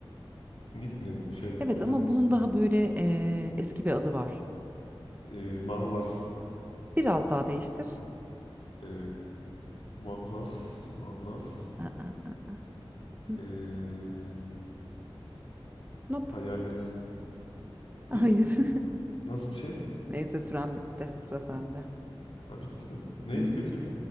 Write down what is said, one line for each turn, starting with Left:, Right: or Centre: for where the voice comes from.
Left: nickname şey
Right: Evet
Left: kullan
Right: ama bunun daha böyle eee, eski bir adı var.
Left: e, mahlas.
Right: Biraz daha değiştir.
Left: E, mahlas. Mahlas.
Right: Aa, aa, hı,
Left: E,
Right: Nope.
Left: hayalet.
Right: Hayır.
Left: Hı?
Right: <laughs>
Left: Nasıl bir şey?
Right: Neyse süren bitti. Sıra sende.
Left: Ha bitti mi? Neydi
Right: Hı hı.
Left: peki?